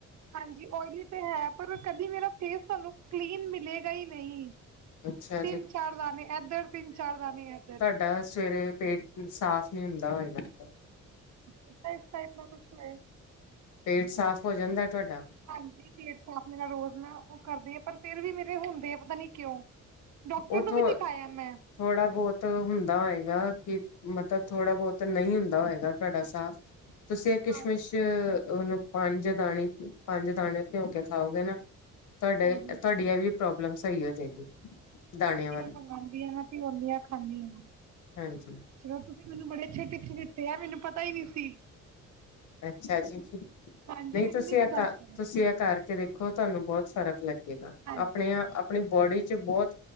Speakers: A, on the right; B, on the left.
A: ਹਾਂਜੀ ਓਇਲੀ ਤੇ ਹੈ ਪਰ ਕਦੀ ਮੇਰਾ ਫੇਸ ਤੁਹਾਨੂੰ ਕਲੀਨ ਮਿਲੇਗਾ ਹੀ ਨਹੀਂ।
B: ਅੱਛਾ
A: ਤਿੰਨ-ਚਾਰ
B: ਜੀ
A: ਦਾਣੇ ਇੱਧਰ ਤਿੰਨ-ਚਾਰ ਦਾਣੇ ਇੱਧਰ
B: ਤਾਂ ਸਵੇਰੇ। ਪੇਟ ਸਾਫ਼ ਨਹੀ ਹੁੰਦਾ ਹੋਏਗਾ।
A: <unintelligible> ਟਾਈਪ ਕੁਛ ਹੋਏ।
B: ਪੇਟ ਸਾਫ਼ ਹੋ ਜਾਂਦਾ ਤੁਹਾਡਾ।
A: ਹਾਂਜੀ, ਪੇਟ ਸਾਫ਼ ਮੇਰਾ ਰੋਜ਼ ਨਾ ਉਹ ਕਰਦੇ ਆ ਪਰ ਫੇਰ ਵੀ ਮੇਰੇ ਹੁੰਦੇ ਆ ਪਤਾ ਨੀ ਕਿਉਂ। ਡਾਕਟਰ
B: ਉਥੋਂ
A: ਨੂੰ ਵੀ ਦਿਖਾਇਆ ਮੈਂ।
B: ਥੋੜਾ ਬਹੁਤ ਹੁੰਦਾ ਹੋਏਗਾ ਕਿ ਮਤਲਬ ਥੋੜਾ ਬਹੁਤ ਨਹੀਂ ਹੁੰਦਾ ਹੋਏਗਾ ਤੁਹਾਡਾ ਸਾਫ਼, ਤੁਸੀਂ ਇਹ
A: ਹਾਂ
B: ਕਿਸ਼ਮਿਸ਼ ਉਹਨੂੰ ਪੰਜ ਦਾਣੇ, ਪੰਜ ਦਾਣੇ ਭਿਓਂ ਕੇ ਖਾਓਗੇ ਨਾ ਤੁਹਾਡਾ
A: ਹਾਂਜੀ
B: ਤੁਹਾਡੀ ਐ ਜਿਹੜੀ ਪ੍ਰੋਬਲਮ ਸਹੀ ਹੋ ਜਾਏਗੀ। ਦਾਣਿਆਂ
A: ਕੋਈ ਨੀ
B: ਵਾਲੀ
A: ਮੈਂ ਮੰਗਵਾਉਂਦੀ ਹਾਂ, ਨਾ ਭਿਉਂਦੀ ਆ, ਖਾਂਦੀ ਆ।
B: ਹਾਂਜੀ
A: ਚਲੋ ਤੁਸੀਂ ਮੈਨੂੰ ਬੜੇ ਅੱਛੇ ਟਿੱਪਸ ਦਿੱਤੇ ਆ ਮੈਨੂੰ ਪਤਾ ਹੀ ਨਹੀਂ ਸੀ।
B: ਅੱਛਾ ਜੀ।
A: ਹਾਂਜੀ
B: ਨਹੀਂ,
A: ਮੈਨੂੰ
B: ਤੁਸੀਂ
A: ਨੀ
B: ਇਹ
A: ਪਤਾ
B: ਕਰ
A: ਸੀ।
B: ਤੁਸੀਂ ਇਹ ਕਰਕੇ ਦੇਖੋ ਤੁਹਾਨੂੰ ਬਹੁਤ ਫ਼ਰਕ ਲੱਗੇਗਾ।
A: ਹਾਂਜੀ
B: ਆਪਣੇ ਆਪਣੀ
A: ਹਾਂਜੀ
B: ਬੋਡੀ ਚ ਬਹੁਤ